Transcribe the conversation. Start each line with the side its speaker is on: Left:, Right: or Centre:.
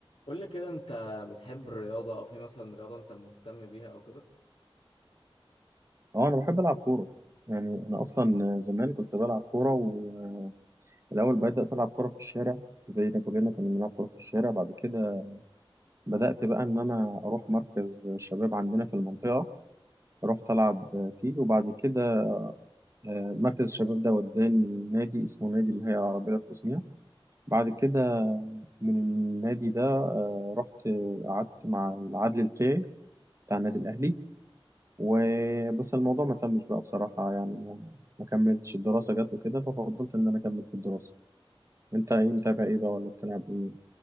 Left: قول لي كده انت بتحب الرياضة او في مثلا رياضة انت مهتم بيها او كده
Right: اه انا بحب العب كوره يعني انا اصلا زمان كنت بلعب كوره والاول بدات العب كوره في الشارع زي ما كلنا كنا بنلعب كوره في الشارع بعد كده بدات بقى ان انا اروح مركز شباب عندنا في المنطقه رحت العب فيه وبعد كده آه، مركز الشباب ده وداني نادي اسمه نادي الهيئه العربيه للتصنيع بعد كده من النادي ده آه، رحت قعدت مع العدل الكي بتاع النادي الاهلي وبس الموضوع ما تمش بقى بصراحة يعني ما ما كملتش الدراسة جت وكده ففضلت إن أنا أكمل في الدراسة أنت
Left: طب
Right: إيه
Left: ده
Right: متابع
Left: حلو
Right: إيه بقى
Left: ده
Right: ولا بتلعب إيه؟